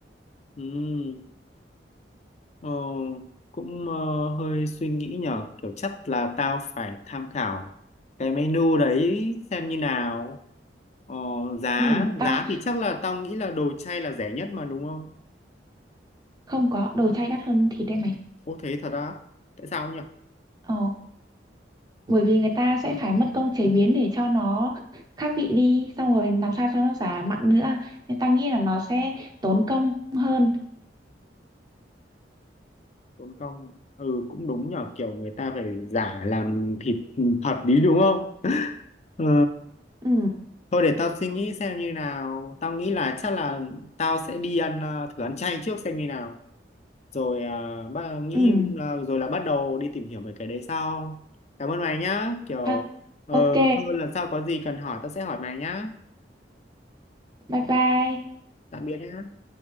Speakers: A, on the left (about 35°); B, on the right (about 20°).
A: ừ Ờ, cũng ờ, hơi suy nghĩ nhở kiểu chắc là tao phải tham khảo cái menu đấy xem như nào ờ, giá
B: ừ, tao
A: giá thì chắc là tao nghĩ là đồ chay là rẻ nhất mà đúng không
B: không có đồ chay đắt hơn thịt đây mày
A: ô thế thật á tại sao nhở
B: ờ bởi vì người ta sẽ phải mất công chế biến để cho nó khác vị đi xong rồi làm sao cho nó giả mặn nữa nên ta nghĩ là nó sẽ tốn công hơn
A: tốn công ừ cũng đúng nhở kiểu người ta phải giả làm thịt thật đi đúng không <laughs> ờ,
B: ừ
A: thôi để tao suy nghĩ xem như nào tao nghĩ là chắc là tao sẽ đi ăn ờ, thử ăn chay trước xem như nào rồi à, ba nghĩ
B: ừ
A: là, rồi là bắt đầu đi tìm hiểu về cái đấy sau cảm ơn mày nhá kiểu
B: ta
A: ờ,
B: ok
A: thôi lần sau có gì cần hỏi tao sẽ hỏi mày nhá
B: bye bye
A: tạm biệt nhá